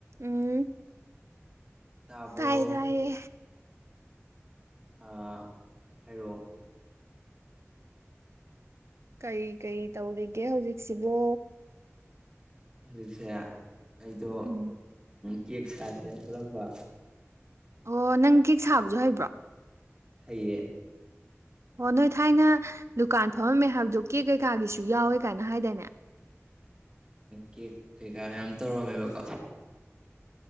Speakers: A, on the right; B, on the right.
A: ꯎꯝ
B: ꯇꯥꯕ꯭ꯔꯣ
A: ꯇꯥꯏꯌꯦ ꯇꯥꯏꯌꯦ
B: ꯑꯥ ꯍꯥꯏꯔꯛꯑꯣ
A: ꯀꯩ ꯀꯩ ꯇꯧꯔꯤꯒꯦ ꯍꯧꯖꯤꯛꯁꯤꯕꯣ
B: ꯍꯧꯖꯤꯛꯁꯦ ꯑꯩꯗꯣ
A: ꯎꯝ
B: ꯀꯦꯛ ꯁꯥꯁꯦꯅ ꯈꯜꯂꯝꯕ
A: ꯑꯣ ꯅꯪ ꯀꯦꯛ ꯁꯥꯕꯁꯨ ꯍꯕ꯭ꯔꯣ
B: ꯍꯥꯏꯌꯦ
A: ꯑꯣ ꯅꯣꯏ ꯊꯥꯏꯅ ꯗꯨꯀꯥꯟ ꯐꯝꯃꯝꯃꯦ ꯍꯥꯏꯕꯗꯣ ꯀꯦꯛ ꯀꯩꯀꯥꯒꯤꯁꯨ ꯌꯥꯎꯋꯦ ꯀꯥꯏꯅ ꯍꯥꯏꯗꯥꯏꯅꯦ
B: ꯀꯦꯛ ꯀꯩꯀꯥ ꯌꯥꯝ ꯇꯧꯔꯝꯃꯦꯕꯀꯣ